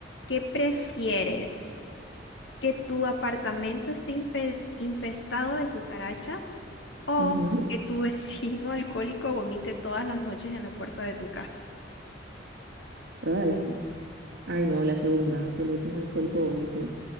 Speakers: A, on the left; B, on the right.
A: ¿Qué prefieres? que tu apartamento esté infe- infestado de cucarachas o
B: Ajá.
A: que tu vecino <laughs> alcohólico vomite todas las noches en la puerta de tu casa.
B: Ay. Ay, no, la segunda, que el vecino alcohólico vomite.